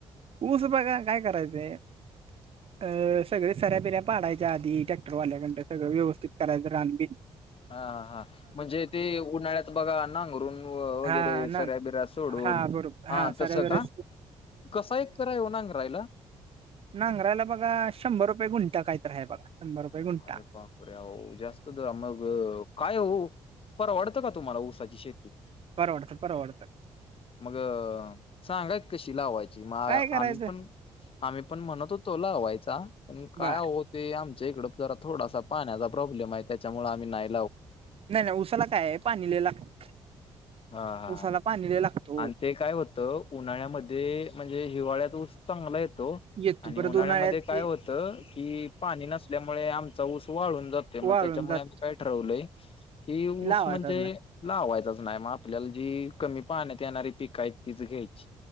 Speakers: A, on the right; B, on the left.
A: ऊस बघा काय? करायचंय. अ सगळे सऱ्या, बिऱ्या पाडायच्या आधी ट्रॅक्टरवाल्याकडन सगळं व्यवस्थित करायचं रान, बीन.
B: हा हा हा. म्हणजे ते उन्हाळ्यात बघा. नांगरून वगैरे
A: हा
B: सऱ्या,
A: ना
B: बिऱ्या सोडून.
A: हा हा सऱ्या,
B: तसं
A: बीऱ्या
B: का
A: सो
B: कसा? एकर आहे हो नांगरायला.
A: नांगरायला बघा शंभर रुपये गुंटा काहीतर आहे बघा शंभर रुपये. गुंठा
B: अरे बाप! अरे हो जास्त दर मग काय? हो परवडतं क तुम्हाला ऊसाची शेती.
A: परवडत, परवडत.
B: मग सांगा की कशी? लावायची मग
A: काय करायचं
B: आम्ही पण- आम्ही पण म्हणत होतो लावायचा. पण काय
A: बर
B: आवते आमच्या इकडं जरा थोडासा पाण्याचा प्रॉब्लेम आहे. त्याच्यामुळे आम्ही नाही.
A: नाही नाही उसाला काय? आहे पाणी लय लागतं
B: हा हा
A: उसाला पाणी लय लागतं.
B: आणि ते काय? होतं उन्हाळ्यामध्ये म्हणजे हिवाळ्यात ऊस चांगला येतो.
A: येतो
B: आणि
A: परत
B: उन्हाळ्यामध्ये
A: उन्हाळ्यात
B: काय?
A: ते
B: होतं कि पाणी नसल्यामुळे आमचा ऊस वाळून जातो. ते मग
A: वाळून
B: त्याच्यामुळे
A: जात
B: आम्ही काय? ठरवलंय की ऊस
A: लावायचाच
B: म्हणजे
A: नाही
B: लावायचाच नाही. मग आपल्याला जी कमी पाण्यात येणारी पिकं आहेत. तीच घ्यायची.